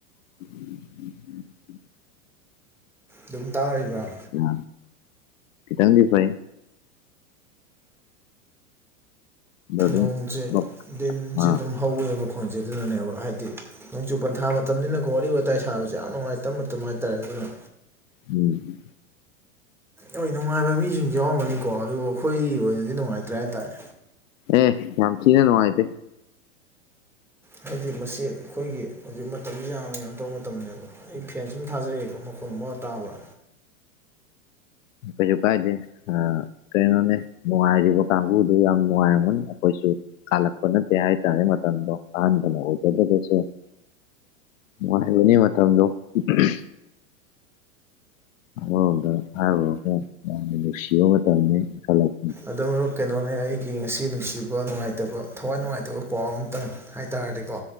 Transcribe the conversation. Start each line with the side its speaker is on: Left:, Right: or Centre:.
Left: <unintelligible>
Centre: ꯑꯗꯨꯝ ꯇꯥꯔꯤꯕ꯭ꯔꯥ
Left: ꯌꯥ ꯈꯤꯇꯪꯗꯤ ꯐꯩ ꯑꯗꯣ
Centre: ꯅꯣꯡꯁꯦ
Left: ꯑꯗꯨꯝ
Centre: ꯗꯤꯟꯁꯦ
Left: ꯑꯥ
Centre: ꯑꯗꯨꯝ ꯍꯧꯋꯦ ꯃꯈꯣꯟꯁꯦ ꯑꯗꯨꯅꯅꯦꯕ ꯍꯥꯏꯗꯤ ꯅꯣꯡꯆꯨ ꯄꯟꯊꯥ ꯃꯇꯝꯅꯤꯅꯀꯣ ꯋꯥꯔꯤ ꯋꯥꯇꯥꯏ ꯁꯥꯕꯁꯦ ꯌꯥꯝ ꯅꯨꯡꯉꯥꯏꯇꯕ ꯃꯇꯝ ꯍꯥꯏꯇꯥꯔꯦ ꯑꯗꯨꯅ
Left: ꯎꯝ
Centre: ꯍꯣꯏ ꯅꯨꯡꯉꯥꯏꯕ ꯃꯤꯁꯤꯡꯁꯨ ꯌꯥꯎꯔꯝꯒꯅꯤꯀꯣ ꯑꯗꯨꯕꯨ ꯑꯩꯈꯣꯏꯒꯤ ꯑꯣꯏꯅꯗꯤ ꯅꯨꯡꯉꯥꯏꯇ꯭ꯔꯦ ꯍꯥꯏꯇꯥꯔꯦ
Left: ꯑꯦ ꯌꯥꯝ ꯊꯤꯅ ꯅꯨꯡꯉꯥꯏꯇꯦ
Centre: ꯍꯥꯏꯗꯤ ꯃꯁꯤ ꯑꯩꯈꯣꯏꯒꯤ ꯍꯧꯖꯤꯛ ꯃꯇꯝꯖꯤ ꯌꯥꯝꯅ ꯀꯩꯅꯣ ꯇꯧꯕ ꯃꯇꯝꯅꯦꯕ ꯑꯩ ꯐꯦꯟ ꯁꯨꯝ ꯊꯥꯖꯒꯦꯀꯣ ꯃꯈꯣꯟ__ <unintelligible> ꯇꯥꯕ꯭ꯔꯥ
Left: ꯀꯩꯁꯨ ꯀꯥꯏꯗꯦ ꯑ ꯀꯩꯅꯣꯅꯦ ꯅꯨꯡꯉꯥꯏꯔꯤꯕ ꯀꯥꯡꯒꯨꯗꯨ ꯌꯥꯝ ꯅꯨꯡꯉꯥꯏꯔꯝꯒꯅꯤ ꯑꯈꯣꯏꯁꯨ ꯀꯥꯜꯂꯛꯄ ꯅꯠꯇ ꯍꯥꯏꯇꯥꯔꯦ ꯃꯇꯝꯗꯣ ꯑꯍꯜ ꯐꯅ ꯑꯣꯏꯖꯗ꯭ꯔꯒꯁꯨ ꯅꯨꯡꯉꯥꯏꯕꯅꯤ ꯃꯇꯝꯗꯣ <unintelligible> ꯑꯃꯔꯣꯝꯗ ꯍꯥꯏꯔꯨꯔꯒ ꯌꯥꯝꯅ ꯅꯨꯡꯁꯤꯕ ꯃꯇꯝꯅꯤ ꯏꯡꯈꯠꯂꯛ__
Centre: ꯑꯗꯣ ꯃꯔꯨꯞ ꯀꯩꯅꯣꯅꯦ ꯑꯩꯒꯤ ꯉꯁꯤ ꯅꯨꯡꯁꯤꯕ ꯅꯨꯡꯉꯥꯏꯇꯕ ꯊꯋꯥꯏ ꯅꯨꯡꯉꯥꯏꯇꯕ ꯄꯥꯎ ꯑꯝꯇꯪ ꯍꯥꯏꯇꯥꯔꯗꯤꯀꯣ